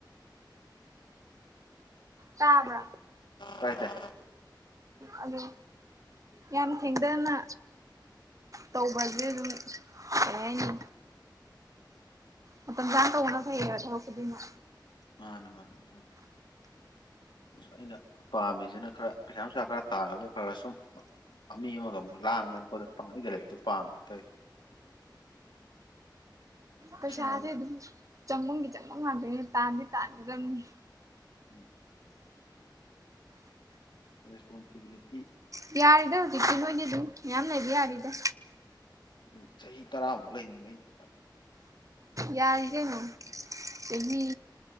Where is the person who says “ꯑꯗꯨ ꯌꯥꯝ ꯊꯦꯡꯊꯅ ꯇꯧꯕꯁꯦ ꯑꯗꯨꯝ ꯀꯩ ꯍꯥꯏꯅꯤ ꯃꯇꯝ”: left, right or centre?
Right